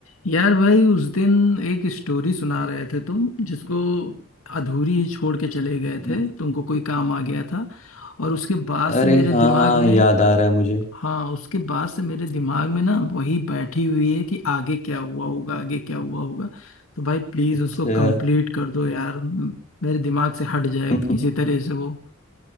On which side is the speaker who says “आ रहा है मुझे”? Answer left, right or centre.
Left